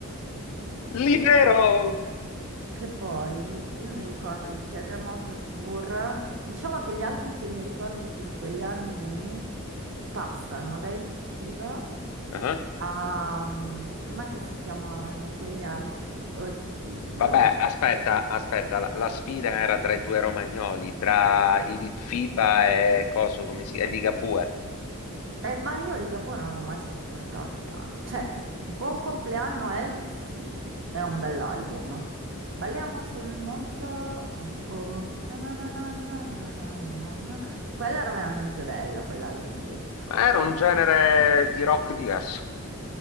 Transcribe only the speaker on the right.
Che poi? Che poi io mi ricordo
il Terremoto Tour, diciamo che gli album che mi ricordo di più di quegli anni lì passano da Elite FIBA
a... mm, com'è che si chiamavano quegli altri? Oddio.
Eh, ma io Ligabue non l'ho mai sopportato tanto. Cioè, Buon compleanno Elvis, sì, era un bell'album. Balliamo sul mondo, oh oh, na na na na na na na na. Quello era veramente bello, quell'album lì.